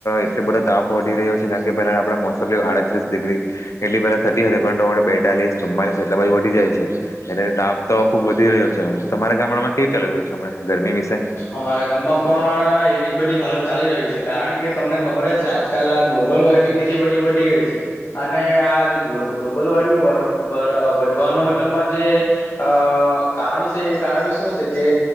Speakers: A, on the left; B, on the left.
A: એટલો બધો તાપ વધી રહ્યો છે કારણ કે પહેલાં આપણા મોસમ આડત્રીસ ડિગ્રી, એટલી પહેલાં થતી હતી પરંતુ બેતાલીસ ચુમ્માલીસ એટલા બધું વધી જાય છે, એટલે તાપ તો ખૂબ વધી રહ્યો છે, તમારા ગામડામાં કેવું ચાલી રહ્યું છે આપણા ગરમી વિશે
B: અમારા ગામમાં પણ એવી જ બધી હાલત ચાલી રહી છે કારણ કે તમને ખબર જ છે આજકાલ આ ગ્લોબલ વોર્મિંગ કેટલી બધી વધી ગઈ છે, અને આ ગ્લોબલ વોર્મિંગ વધવાનો મતલબમાં જે, અ કારણ છે એ કારણે શું છે કે